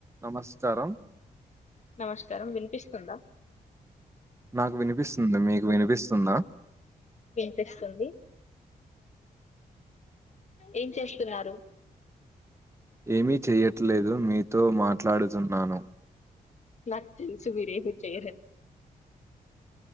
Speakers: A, on the right; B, on the left.
A: నమస్కారం
B: నమస్కారం వినిపిస్తు ఉందా
A: నాకు వినిపిస్తుంది మీకు వినిపిస్తుందా
B: వినిపిస్తుంది ఏం చేస్తున్నారు
A: ఏమీ చెయ్యట్లేదు మీతో మాట్లాడుతున్నాను
B: నాకు తెలుసు మీరు ఏమి చెయ్యరని